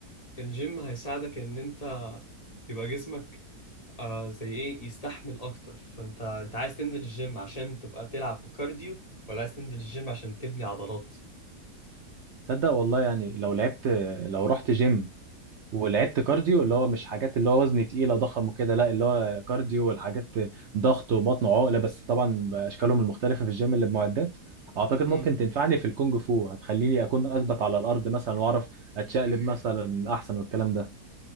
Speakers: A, on the left (about 30°); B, on the right (about 60°).
A: الجيم هيساعدك ان انت يبقى جسمك آه زي ايه يستحمل اكتر فانت انت عايز تنزل الجيم عشان تبقى تلعب بكارديو ولا عايز تنزل الجيم عشان تبني عضلات
B: تصدق والله يعني لو لعبت لو رحت جيم ولعبت كارديو اللي هو مش حاجات اللي هو وزن تقيله ضخم وكده لا اللي هو كارديو والحاجات ضغط وبطن وعقله بس طبعا باشكالهم المختلفه في الجيم اللي بمعدات اعتقد
A: امم
B: ممكن تنفعني في الكونج فو هتخليني اكون اثبت على الارض مثلا واعرف اتشقلب مثلا احسن والكلام ده